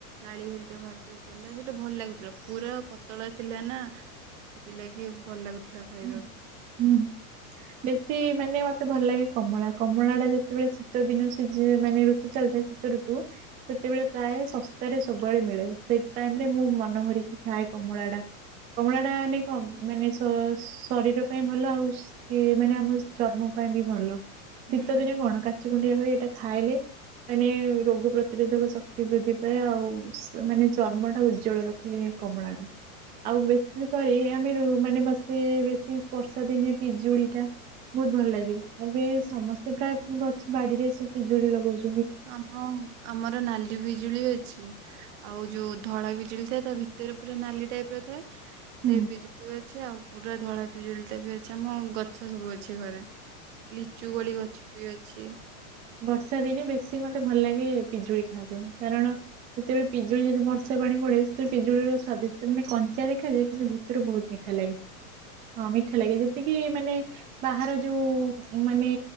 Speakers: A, on the right; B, on the right.
A: ନାଳି ଘରିକି ଭର କରି ଦେଲେ ସେଇଟା ଭଲ ଲାଗୁଥିଲା ପୁରା ପତଳା ଥିଲା ନା ସେଥିଲାଗି ଭଲ ଲାଗୁଥିଲା ଖାଇବାକୁ।
B: ହୁଁ ହୁଁ। ବେଶୀ ମାନେ ମତେ ଭଲ ଲାଗେ କମଳା କମଳା ଟା ଯେତେବେଳେ ଶୀତ ଦିନ ସିଯି ମାନେ ଋତୁ ଚାଲିଥାଏ ତୂ ରୁ ତୁ ସେତେବେଳେ ପ୍ରାୟ ଶସ୍ତାରେ ସବୁବେଳେ ମିଳେ। ସେଇ ଟାଇମରେ ମୁଁ ମନ ଭରିକି ଖାଏ କମଳା ଟା। କମଳା ଟା ନେ କ ମାନେ ସ ସ ଶରୀର ପାଇଁ ଭଲ ଆଉ କିଏ ମାନେ ଆମ ଚର୍ମ ପାଇଁ ବି ଭଲ
A: ହୁଁ
B: ଶୀତ ଦିନେ କଣ କା ଛୁ କୁଣ୍ଡିଆ ହୋଇ ଏଇଟା ଖାଇଲେ ମାନେ ରୋଗ ପ୍ରତିରୋଧକ ଶକ୍ତି ବୃଦ୍ଧି ପାଏ, ଆଉ ମାନେ ଚର୍ମଟା ଉଜ୍ଜ୍ବଳ ର ଖେ କମଳାଟା ଆଉ ବେଶୀ କରି ଆମେ ମାନେ ବାସ୍ ସେ ବେଶୀ ବର୍ଷାଦିନେ ପିଜୁଳିଟା ବହୁତ ଭଲ ଲାଗେ। ଏବେ ସମସ୍ତେ ପ୍ରାୟ ଗଛ ବାଡିରେ ପିଜୁଳି ଲଗଉଛ
A: ଆମ ଆମର ନାଲି ପିଜୁଳି ଅଛି। ଆଉ ଯୋଉ ଧଳା ପିଜୁଳି ଥାଏ, ତା ଭିତରେ ପୁରା ନାଲି ଟାଇପର ଥାଏ। ସେଇ
B: ହୁଁ
A: ପିଜୁଳି ବି ଅଛି, ଆଉ ପୁରା ଧଳା ପିଜୁଳିଟା ବି ଅଛି, ଆମ ଗଛ ସବୁ ଅଛି ଘରେ। ଲିଚୁକୋଳି ଗଛ ବି ଅଛି।
B: ବର୍ଷାଦିନେ ବେଶୀ ମତେ ଭଲ ଲାଗେ ପିଜୁଳି ଖାଇବା ପାଇଁ, କାରଣ ସେତେବେଳେ ପିଜୁଳି ଯଦି ବର୍ଷା ପାଣି ପଡେ, ସେତେବେଳେ ପିଜୁଳିର ସ୍ଵାଦିଷ୍ଟ ମାନେ କଞ୍ଚା ଦେଖାଯାଏ କିନ୍ତୁ ଭିତରୁ ବହୁତ ମିଠା ଲାଗେ, ହଁ ମିଠା ଲାଗେ ଯେତିକି ମାନେ ବାହାର ଯୋଉ ମାନେ